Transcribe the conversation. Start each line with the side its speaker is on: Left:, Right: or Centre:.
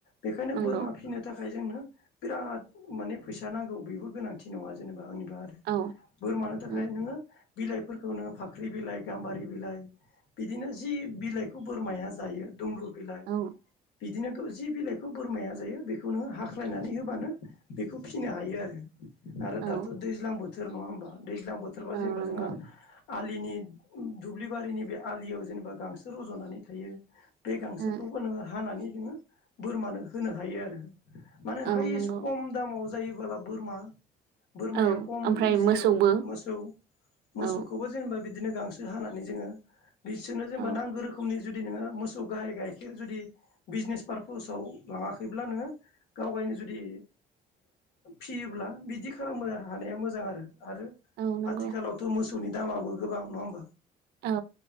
Left: बेखायनो
Right: नंगौ
Left: बोरमा फिसिनो थाखाय थाखाय जोंनो बिराद माने फैसा नांगौ बेबो गोनांथि नङा जेनेबा आंनि आरो
Right: औ
Left: बोरमानो थाखाय
Right: उम
Left: नोङो बिलाइफोरखौ नोङो फाख्रि बिलाइ, गाम्बारि बिलाइ बिदिनो जि बिलाइखौ बोरमाया जायो दुमब्रु बिलाइ,
Right: औ
Left: बिदिनो जि बिलाइखौ बेखौ बोरमाया जायो बेखौ नोङो हाख्लायनानै होबानो बेखौ फिसिनो हायो आरो। आरो
Right: औ
Left: दाथ' दैज्लां बोथोर नङा होमबा दैज्लां बोथोरबा
Right: औ
Left: जेनेबा
Right: नंगौ
Left: जोंहाओ आलिनि दुब्लिबारिनि बे आलियाव जेनेबा गांसो रज'नानै थायो बे गांसोखौबो
Right: उम
Left: नोङो हानानै जोङो बोरमानो होनो हायो आरो। माने
Right: औ
Left: हायेस्ट
Right: नंगौ
Left: खम दामाव जायोबोला बोरमा बोरमाया
Right: औ
Left: खम
Right: ओमफ्राय
Left: इजियाव
Right: मोसौबो
Left: मोसौ मोसौखौबो
Right: औ
Left: जेनेबा बिदिनो गांसो हानानै जोङो बिसोरनो जेनेबा
Right: औ
Left: नांगौ रोखनि जुदि जुदि नोङो मोसौ गाहाय गाइखेर जुदि बिजनेस पारपासाव लाङाखैब्ला नोङो गाव गायनो जुदि फियोब्ला बिदि खालामनो हानाया मोजां आरो। आरो
Right: औ नंगौ
Left: आथिखालावथ' मोसौनि दामाबो गोबां नङा होमबा।
Right: औ